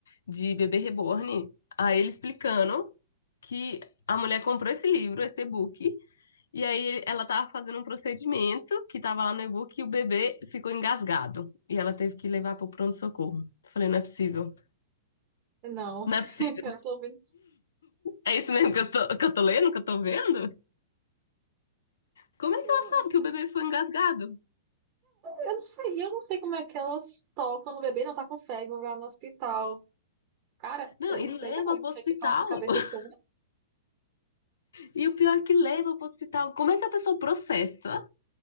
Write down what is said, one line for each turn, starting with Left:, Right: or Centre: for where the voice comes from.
Left: de bebê reborn? Aí ele explicando que a mulher comprou esse livro, esse e-book, e aí ele- ela tava fazendo um procedimento que tava lá no e-book e o bebê ficou engasgado, e ela teve que levar pro pronto-socorro. Falei, não é possível,
Right: Não,
Left: não
Right: <laughs>
Left: é possível,
Right: eu tô vendo.
Left: é isso mesmo que eu tô, que eu tô lendo, que eu tô vendo? Como é que
Right: Eu
Left: ela sabe que o bebê foi engasgado?
Right: não sei, eu não sei como é que elas tocam no bebê, não tá com febre, vai no hospital. Cara,
Left: Não,
Right: eu não
Left: e leva
Right: sei não, o
Left: pro
Right: que
Left: hospital.
Right: é que passa a cabeça
Left: <laughs>
Right: desse povo?
Left: E o pior é que leva pro hospital. Como é que a pessoa processa?